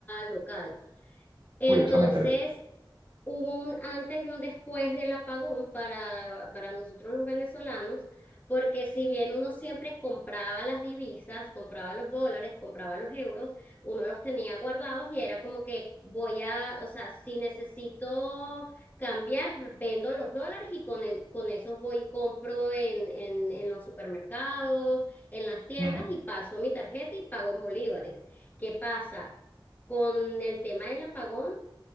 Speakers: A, on the left; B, on the right.
A: local. Entonces,
B: Uy, eso me interesa.
A: hubo un antes y un después del apagón para, para nosotros los venezolanos, porque si bien uno siempre compraba las divisas, compraba los dólares, compraba los euros, uno los tenía guardados y era como que voy a, o sea, si necesito cambiar, vendo los dólares y con, con esos voy y compro en, en, en los supermercados, en las tiendas
B: Mm.
A: y paso mi tarjeta y pago en bolívares. ¿Qué pasa? Con el tema del apagón,